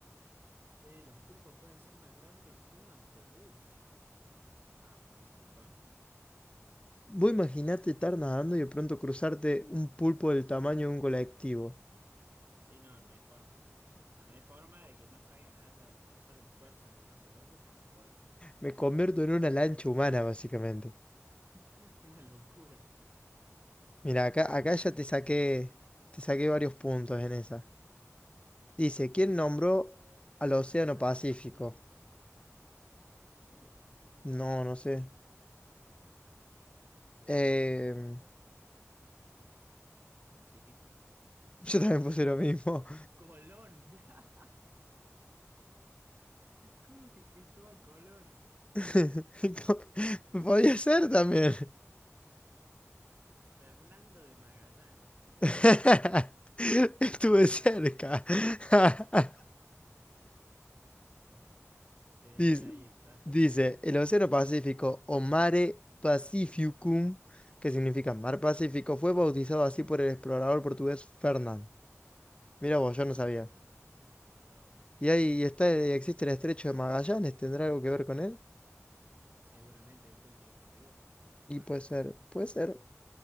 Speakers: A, on the right; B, on the left.
A: Eh, los pulpos pueden ser más grandes que un autobús. No, me parece un montón.
B: Vos imaginate estar nadando y de pronto cruzarte un pulpo del tamaño de un colectivo.
A: Sí, no, no hay forma. O sea, no hay forma de que no salga nadando. Me salen fuerzas de no sé dónde, pero me voy.
B: Me convierto en una lancha humana, básicamente.
A: <laughs> Una locura.
B: Mira, acá,
A: Mirá, vos,
B: acá
A: yo
B: ya
A: pensé
B: te saqué,
A: que eran cinco.
B: te saqué varios puntos en esa. Dice,
A: Bien.
B: ¿quién
A: ¿Quién
B: nombró
A: nombró
B: al Océano
A: al Océano
B: Pacífico?
A: Pacífico? No sé.
B: No, no sé.
A: Voy
B: Em,
A: a tirar por descarte.
B: <laughs>
A: ¿Pacífico? No.
B: yo también puse lo mismo.
A: ¡Colón! <laughs> ¿Cómo que Cristóbal Colón?
B: <laughs>
A: ¿Quién es este hombre?
B: Podía ser también.
A: Fernando de Magallanes.
B: <laughs> Estuve
A: Nada
B: cerca.
A: que ver.
B: <laughs>
A: Bien. ¿Querés
B: Dice,
A: leer ahí el dato?
B: dice, el Océano Pacífico o Mare Pacificum, que significa Mar Pacífico, fue bautizado así por el explorador portugués Fernán. Mira vos,
A: Fernando
B: yo no sabía.
A: de Magallanes. Mirá vos.
B: Y ahí está, eh, existe el Estrecho de Magallanes, ¿tendrá algo que ver con él?
A: Seguramente él fue el que lo navegó. Me
B: Y
A: parece.
B: puede ser, puede ser.